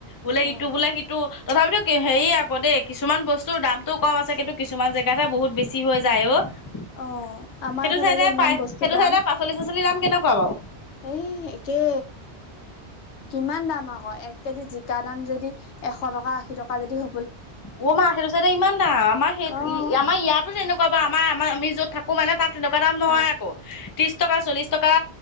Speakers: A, on the left (about 35°); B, on the left (about 80°).
A: বোলে
B: অ',
A: ইটো বোলে সিটো, তথাপিতো কে হেৰি আকৌ দেই কিছুমান বস্তুৰ দাম টো কম আছে, কিন্তু কিছুমান জেগাত হে বহুত বেছি হৈ যায় অ'। সেইটো
B: অ', আমাৰ এইফালে
A: চাইডে
B: যে ইমান
A: পাই,
B: বস্তুৰ
A: সেইটো
B: দাম
A: চাইডে পাচলি-চাচলি দাম কেনেকুৱা বাৰু?
B: এই একে। কিমান দাম আকৌ, এক কেজি জিকা দাম যদি এশ টকা, আশী টকা যদি হ
A: অ', মা সেইটো সাইডে ইমান দাম, আমাৰ সেইত,
B: অ',
A: আমাৰ ইয়াতো তেনেকুৱা বাৰু আমাৰ-আমা, আমি য'ত থাকো মানে তাত তেনেকুৱা দাম নহয়
B: অ',
A: আকৌ, ত্ৰিশ টকা, চল্লিশ টকা,